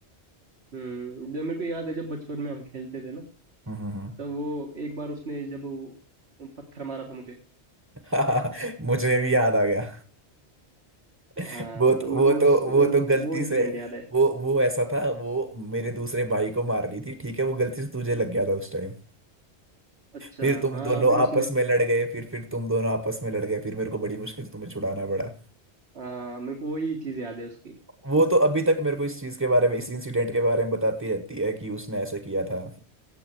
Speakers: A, on the right; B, on the right.
A: हम्म जब मेरे को याद है जब बचपन में हम खेलते थे ना
B: हम्म हम्म,
A: तब वो एक बार उसने जब वो पत्थर मारा था मुझे
B: हम्म। <laughs> मुझे भी याद आ गया <laughs>
A: हाँ
B: वो तो,
A: तो मेरे
B: वो
A: को
B: तो
A: उस वो
B: वो तो गलती
A: इंसिडेंट
B: से
A: याद है
B: वो वो ऐसा था वो मेरे दूसरे भाई को मार रही थी ठीक है वो गलती से तुझे लग गया था उस टाइम
A: अच्छा
B: फिर तुम
A: हाँ
B: दोनों
A: फिर उसने
B: आपस में लड़ गए फिर फिर तुम दोनों आपस में लड़ गए फिर मेरे को बड़ी मुश्किल से तुम्हें छुड़ाना पड़ा
A: हाँ मेरे को वही चीज़ याद है उसकी
B: वो तो अभी तक मेरे को इस चीज के बारे में इस इंसिडेंट के बारे में बताती रहती है कि उसने ऐसे किया था